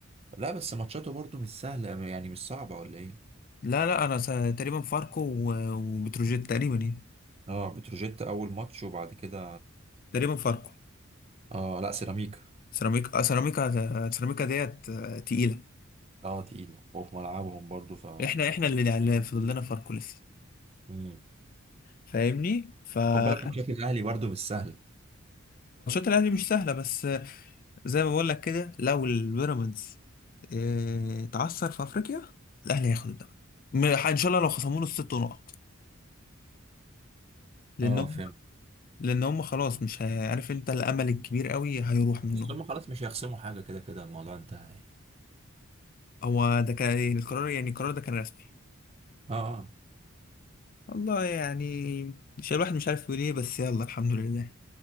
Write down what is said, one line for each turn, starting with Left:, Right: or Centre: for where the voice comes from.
Right: لا بس ماتشاته برضه مش سهله يعني مش صعبه ولا ايه
Left: لا لا انا س... تقريبا فاركو و... وبتروجيت تقريبا يعني
Right: اه بتروجيت اول ماتش وبعد كده
Left: تقريبا فاركو
Right: اه لا سيراميكا
Left: سيراميكا آه، سيراميكا سيراميكا ديت آه، تقيلة
Right: اه تقيلة وفي ملعبهم برضو ف
Left: احنا احنا اللي اللي فضل لنا فاركو لسه
Right: مم.
Left: فاهمني فماتشات
Right: خد بالك ماتشات الاهلي برضو مش سهل
Left: الاهلي مش سهلة بس آه، زي ما بقول لك كده لو البيراميدز آه، اتعثر في افريقيا الاهلي هياخد الدوري م- ان شاء الله لو خصموا له الست نقط لان
Right: اه فهمت
Left: لان هم خلاص مش هي- عارف انت الامل الكبير قوي هيروح منهم
Right: بس هم خلاص مش هيخصموا حاجة كده كده الموضوع انتهى يعني
Left: هو ده كان إيه، القرار يعني القرار ده كان رسمي
Right: اه آه.
Left: والله يعني مش الواحد مش عارف يقول ايه بس يلا الحمد لله